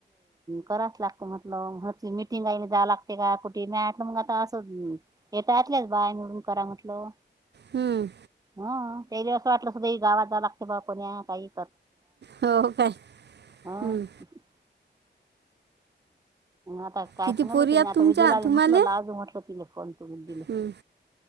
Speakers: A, on the right; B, on the right.
A: कराच लागते म्हट म्ह मिटिंग जा लागते का कुठ? <unintelligible> बाया निवडून करा म्हटलो.
B: हम्म.
A: ह काही दिवस वाटलं सुद्धा गाात जाव लागते ब कोण्या काही..
B: हो काय हम्म.
A: <unintelligible> आता काय
B: किती
A: सांग
B: पोरी आहेत
A: आता
B: तुमच्या
A: उज्वलाले
B: तुम्हाला
A: म्हटल लाजू म्हटल तिला फोन तू दिले.
B: हम्म.